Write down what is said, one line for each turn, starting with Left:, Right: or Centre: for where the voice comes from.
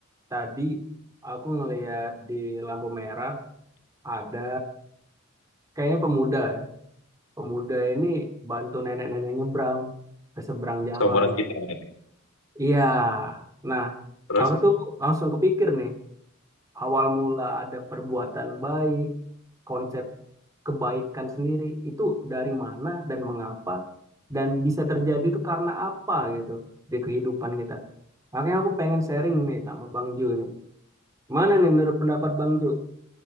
Right: tadi aku ngeliat di lampu merah ada kayaknya pemuda ya. Pemuda ini bantu nenek-nenek nyebrang ke seberang jalan.
Left: Seumuran kita berarti.
Right: Iya, nah
Left: Terus?
Right: aku tuh langsung kepikir nih, awal mula ada perbuatan baik, konsep kebaikan sendiri itu dari mana dan mengapa dan bisa terjadi itu karena apa gitu di kehidupan kita. Makanya aku pengen sharing nih sama Bang Ju nih. Mana nih menurut pendapat Bang Ju?